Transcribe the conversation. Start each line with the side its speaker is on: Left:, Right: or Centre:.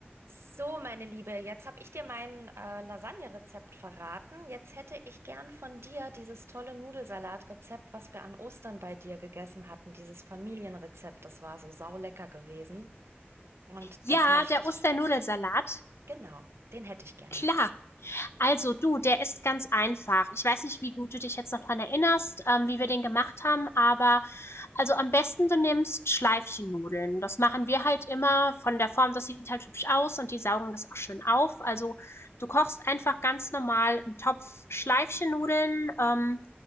Right: So, meine Liebe, jetzt habe ich dir mein äh, Lasagne-Rezept verraten. Jetzt hätte ich gern von dir dieses tolle Nudelsalat-Rezept, was wir an Ostern bei dir gegessen hatten, dieses Familienrezept. Das war so saulecker gewesen. Und
Left: Ja,
Right: das möchte
Left: der
Right: ich.
Left: Osternudelsalat,
Right: Genau, den hätte ich gerne.
Left: klar. Also du, der ist ganz einfach. Ich weiß nicht, wie gut du dich jetzt noch dran erinnerst, ähm, wie wir den gemacht haben, aber also am besten du nimmst Schleifchennudeln. Das machen wir halt immer von der Form, das sieht halt hübsch aus und die saugen das auch schön auf. Also du kochst einfach ganz normal einen Topf Schleifchennudeln ähm,